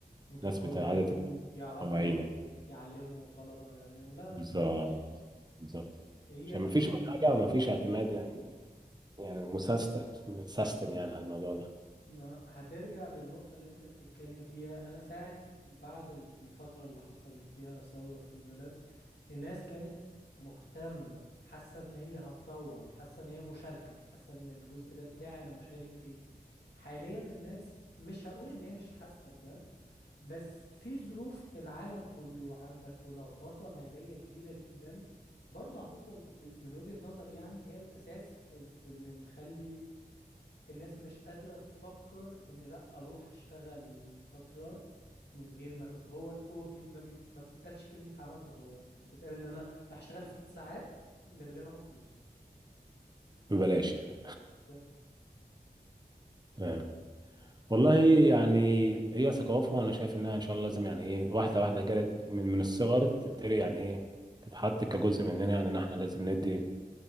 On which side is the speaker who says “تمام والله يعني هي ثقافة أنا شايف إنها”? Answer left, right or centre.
Right